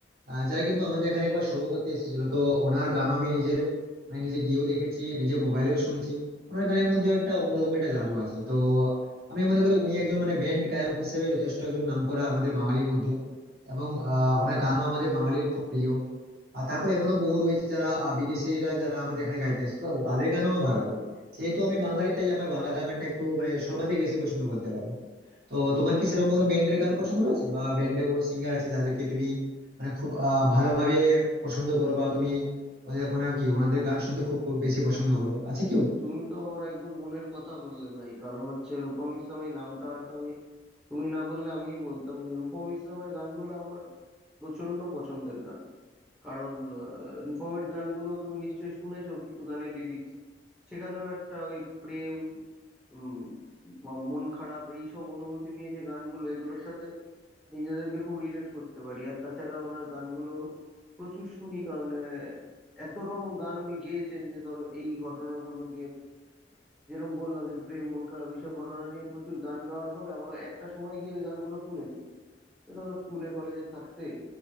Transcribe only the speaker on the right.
আহ, যারা কিন্তু আমাদের এখানে একবার শো করতে এসেছিল তো ওনার গানও আমি নিজের মানে নিজে গিয়েও দেখেছি নিজে মোবাইলেও শুনেছি ওনার গানের মধ্যে একটা অন্যরকম একটা জাদু আছে তো আমি মনে করি উনি একজন মানে ব্যান্ড গায়ক হিসেবে যথেষ্ট একজন নামকরা আমাদের বাঙালির মধ্যে এবং আহ ওনার গানও আমাদের বাঙালির খুব প্রিয় আর তারপরে এমনও বহু রয়েছে যারা আহ, বিদেশিরা যারা আমাদের এখানে গাইতে আসে তো তাদের গানও আমার ভালো লাগে যেহেতু আমি বাঙালি তাই আমার বাংলা গানটা একটু মানে সর্বাধিক বেশি পছন্দ বলতে পারি তো তোমার কি সেরকম কোনো ব্যান্ডের গান পছন্দ রয়েছে বা ব্যান্ডের কোনো সিঙ্গার আছে যাদেরকে তুমি মানে খুব আহ, ভালোভাবে পছন্দ করো বা তুমি ওদের মানে কি ওনাদের গান শুনতে খুব বেশি পছন্দ করো আছে কেউ